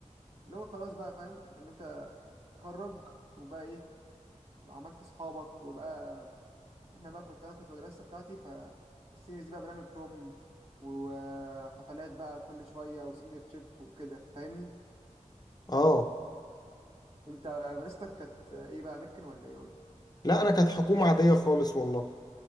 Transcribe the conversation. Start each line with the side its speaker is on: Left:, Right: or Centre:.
Right: اللي هو خلاص بقى فاهم ان انت تتخرج وبقى ايه عملت اصحابك وبقى احنا بقى كنت انا كنت مدرسه بتاعتي فالسينيورز دي بقى بنعمل بروم وحفلات بقى كل شويه وسينيور تريب وكده فاهمني
Left: آه
Right: انت مدرستك كانت ايه بقى امريكان ولا ايه قول لي
Left: لا أنا كانت حكومة عادية خالص والله